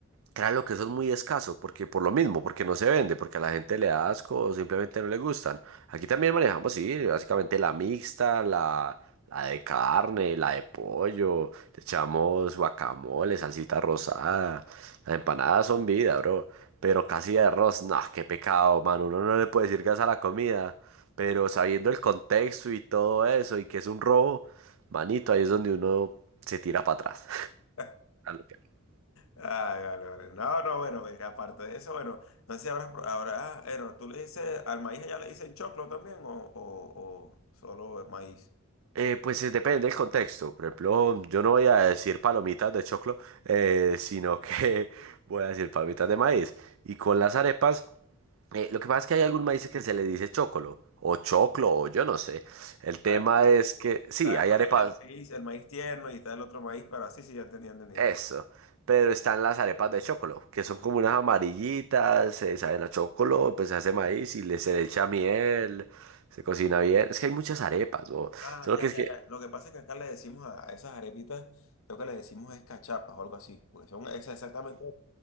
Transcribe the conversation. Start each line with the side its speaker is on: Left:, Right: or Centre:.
Right: Claro que eso es muy escaso, porque por lo mismo, porque no se vende, porque a la gente le da asco o simplemente no le gustan. Aquí también manejamos, sí, básicamente la mixta, la, la de carne, la de pollo, le echamos guacamole, salsita rosada, las empanadas son vida, bro. Pero casi de arroz, no, qué pecado, man, uno no le puede decir gas a la comida, pero sabiendo el contexto y todo eso, y que es un robo, manito, ahí es donde uno se tira para atrás.
Left: <laughs>
Right: <laughs>
Left: Ay, vale, vale. No, no, bueno, venga, aparte de eso, bueno, no sé si habrás, pro- habrá, ah, bueno, tú le dices, al maíz ya le dicen choclo también o, o, o solo el maíz.
Right: Eh, pues es- depende del contexto. Por ejemplo, yo no voy a decir palomitas de choclo, eh, sino que <laughs> voy a decir palomitas de maíz. Y con las arepas, eh, lo que pasa es que hay algún maíz que se le dice chocolo, o choclo, o yo no sé. El tema
Left: Ah,
Right: es que, sí,
Left: está
Right: hay arepas,
Left: el maíz, el maíz, el maíz tierno y está el otro maíz, pero así sí, ya entendí, entendí.
Right: eso, pero están las arepas de chocolo, que son como unas amarillitas, se saben a chocolo, pues se hace maíz y le se le echa miel, se cocina bien. Es que hay muchas arepas, bo.
Left: Ah,
Right: Solo
Left: ya,
Right: que es
Left: ya,
Right: que,
Left: ya. Lo que pasa es que acá le decimos a, a esas arepitas, lo que le decimos es cachapas o algo así, porque son esas exactamente.